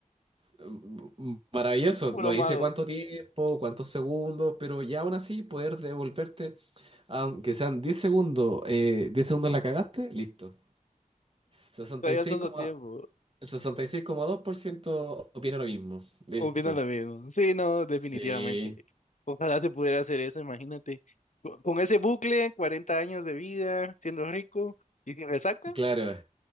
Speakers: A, on the right (about 40°); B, on the left (about 60°).
A: Mm, mm, Maravilloso,
B: Puro
A: no dice
B: mago.
A: cuánto tiempo, cuántos segundos, pero ya aún así poder devolverte, aunque sean 10 segundos, eh, 10 segundos la cagaste, listo. sesenta
B: Todavía
A: y seis
B: estás
A: coma-
B: a tiempo.
A: sesenta y seis coma dos por ciento opina lo mismo. Listo.
B: Opino lo mismo. Sí, no, definitivamente.
A: Sí,
B: Ojalá se pudiera hacer eso, imagínate. Co- Con ese bucle, 40 años de vida, siendo rico y sin resaca.
A: claro.